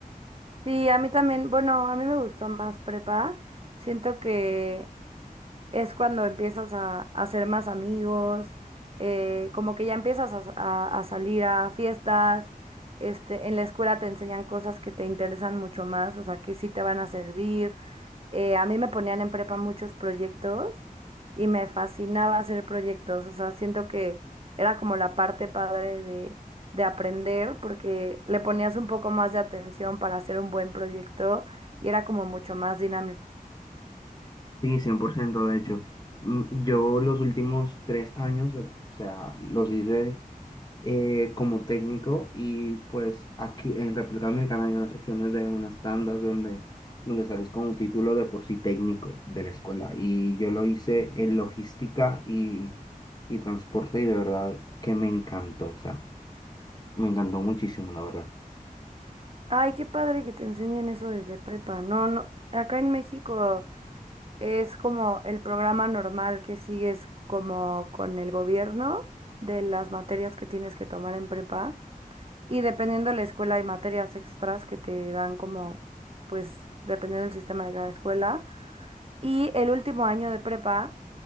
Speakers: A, on the right; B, on the left.
A: Sí, a mí también, bueno, a mí me gustó más prepa. Siento que es cuando empiezas a, a hacer más amigos, eh, como que ya empiezas a, a- a salir a fiestas, este, en la escuela te enseñan cosas que te interesan mucho más, o sea, que sí te van a servir. Eh, a mí me ponían en prepa muchos proyectos y me fascinaba hacer proyectos, o sea, siento que era como la parte padre de, de aprender porque le ponías un poco más de atención para hacer un buen proyecto y era como mucho más dinámico.
B: Sí, 100% de hecho. Mm, Yo los últimos tres años, o sea, los hice eh, como técnico y pues aquí en República Dominicana hay unas opciones de unas tandas donde, donde sales con un título de por sí técnico de la escuela. Y yo lo hice en logística y, y transporte y de verdad que me encantó, o sea, me encantó muchísimo, la verdad.
A: Ay, qué padre que te enseñen eso desde prepa. No, no, acá en México es como el programa normal que sigues como con el gobierno de las materias que tienes que tomar en prepa. Y dependiendo de la escuela hay materias extras que te dan como, pues, dependiendo del sistema de cada escuela. Y el último año de prepa